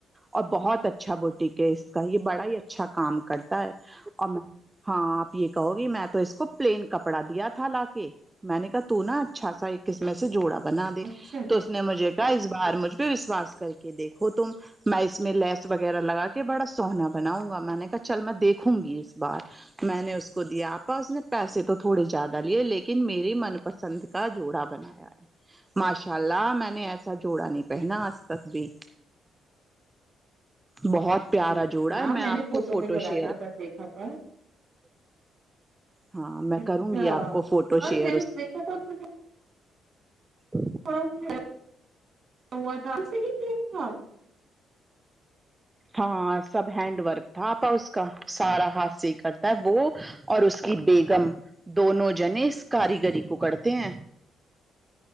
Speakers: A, on the right; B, on the right.
A: اور بہت اچھا بوٹیک ہے اس کا یہ بڑا ہی ا اچھا کام کرتا ہے اور میں ہاں آپ یہ کہو گی میں تو اس کو پلین کپڑا دیا تھا لا کے میں نے کہا تو نا اچھا سا ایک قسمے سے جوڑا بنا دی
B: اچھا
A: تو اس نے مجھے اس بار مجھ پہ وشواس کر کے دیکھو تم میں اس میں لیس وغیرہ لگا کے بڑا سوہنا بناؤں گا میں نے کہا چل میں دیکھوں گی بار میں نے اس کو دیا آپا اس نے پیسے تو تھوڑی زیادہ لیے لیکن میری من پسند کا جوڑا بنایا ہے ماشاء اللہ میں نے ایسا سا جوڑا نہیں پہنا
B: جی
A: آج تک بھی <inaudible> بہت پیارا
B: جی جی
A: جوڑا
B: نا
A: ہے میں آپ
B: نے
A: کو فوٹو
B: میں ذرا
A: شیئر
B: سا سر دیکھا تھا
A: ہاں میں
B: اچھا
A: کروں گی آپ کو فوٹو
B: اور
A: شیئر
B: میں نے
A: اس
B: دیکھا تھا اس میں
A: <inaudible>
B: <unintelligible> سے کی ہوت
A: ہاں سب ہینڈ ورک تھا آپا اس کا سارا ہاتھ سے کرتا ہے وہ اور اس کی بیگم دونوں جنے اس کاریگری کو کرتے ہیں